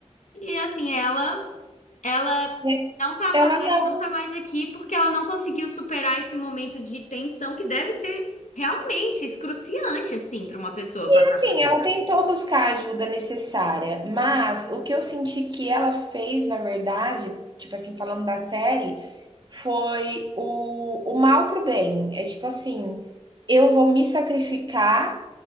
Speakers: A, on the left (about 85°); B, on the right (about 40°).
A: E assim, ela, ela
B: né,
A: não tava
B: ela
A: mais,
B: não.
A: não tá mais aqui porque ela não conseguiu superar esse momento de tensão que deve ser realmente excruciante, assim, para uma pessoa passar
B: Assim,
A: por isso.
B: ela tentou buscar a ajuda necessária, mas o que eu senti que ela fez, na verdade, tipo assim, falando da série, foi o, o mal pro bem. É tipo assim, eu vou me sacrificar